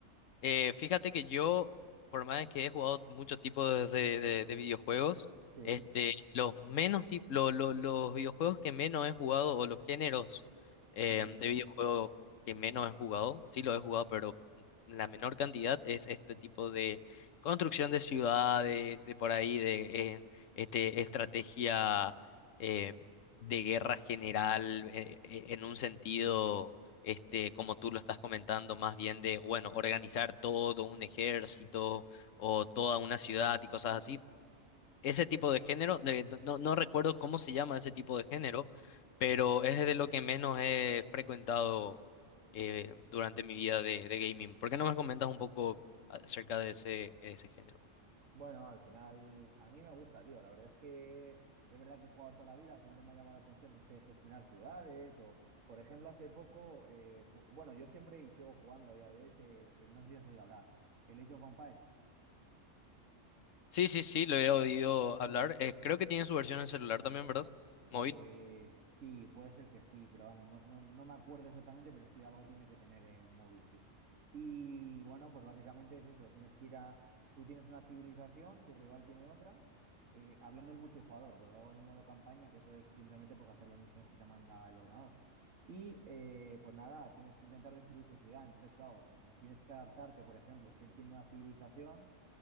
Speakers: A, on the left (about 75°); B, on the right (about 75°).
A: Eh, fíjate que yo, por más de que he jugado muchos tipos de, de- de videojuegos,
B: Sí.
A: este, los menos tip- lo- lo- los videojuegos que menos he jugado o los géneros eh,
B: Mm,
A: de videojuegos que menos he jugado, sí los he jugado, pero la menor cantidad es este tipo de construcción de ciudades, de por ahí, de eh, este, estrategia eh, de guerra general eh, eh, en un sentido este, como tú lo estás comentando, más bien de, bueno, organizar todo un ejército o toda una ciudad y cosas
B: mm.
A: así. Ese tipo de género, de- no, no no recuerdo cómo se llama ese tipo de género, pero es de lo que menos he frecuentado eh, durante mi vida de, de gaming. ¿Por qué no me comentas un poco acerca de ese, ese género?
B: Bueno, al final, a mí me gusta, tío. La verdad es que es verdad que he jugado toda la vida, siempre me ha llamado la atención esto de gestionar ciudades o, por ejemplo, hace poco, eh, ju- bueno, yo siempre y sigo jugando a día de hoy, se- eh, no sé si has oído hablar, el Age of Empires.
A: Sí, sí, sí, lo he oído hablar. Eh, creo que tiene su versión en celular también, ¿verdad? Móvil.
B: Eh, sí, puede ser que sí, pero vamos, no, no, no me acuerdo exactamente, pero sí, algo tiene que tener en móvil, sí. Y bueno, pues básicamente es eso, tienes que ir a, tú tienes una civilización, tu rival tiene otra, eh, hablando del multijugador, porque luego hay modo campaña, que eso es simplemente pues hacer las misiones que te manda el ordenador. Y eh, pues nada, tienes que intentar destruir su ciudad, entonces claro, mm, tienes que adaptarte, por ejemplo, si él tiene una civilización,